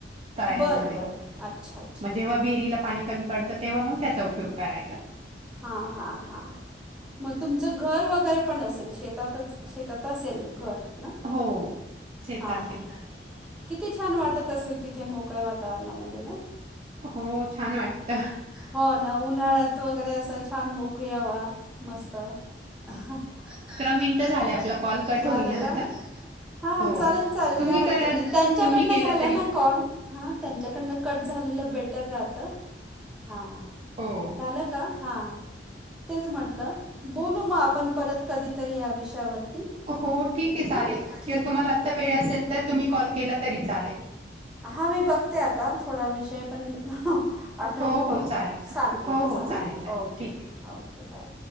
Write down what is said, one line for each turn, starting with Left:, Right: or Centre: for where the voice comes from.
Right: तळ्यांमध्ये,,
Centre: बरं बरं उन्हाळ्यामध्ये. अच्छा अच्छा.
Right: मजेव्हा विहीरला पाणी कमी पडतं तेव्हा मग त्याचा उपयोग करायचा.
Centre: हा हा हा. मग तुमचं घर वगैरे पण असेल शेतातच,, शेतात असेल घर ना,,
Right: हो शेतात
Centre: हां हां
Right: आहे
Centre: हां. किती छान वाटत असेल तिथे मोकळ्या वातावरणामध्ये ना
Right: हो छान वाटत
Centre: हो ना, उन्हाळ्यात वगैरे असं छान मोकळी हवा मस्त अ ताई
Right: मिनिटं
Centre: अकरा मिनिट झाले
Right: कॉल
Centre: आपला
Right: कट
Centre: कॉ- झालं
Right: होईल ना
Centre: का.
Right: आता
Centre: हा
Right: हो
Centre: चालल चालल
Right: तुम्ही
Centre: काय हरकत
Right: कराल
Centre: नाही, त्यांच्याकडनं
Right: तुम्ही केला
Centre: झाला
Right: तरी
Centre: ना कॉल हां त्यांच्याकडनं कट झालेलं बेटर राहतं,,, हां,,
Right: हो
Centre: झालं का? हां,, तेच म्हटलं,, बोलू मग आपण परत कधीतरी या विषयावरती.
Right: हो ठीक आहे चालेल,,
Centre: हां
Right: किं तुम्हाला आत्ता वेळ असेल तर तुम्ही कॉल केला तरी चालेल.
Centre: हा मी बघते आता थोडा विषय पण आठवून
Right: हो
Centre: मग,
Right: हो चालेल
Centre: सांगते
Right: हो
Centre: तसं
Right: हो
Centre: हां,
Right: चालेल चालेल
Centre: ओके
Right: ठीक आहे
Centre: ओके बाय.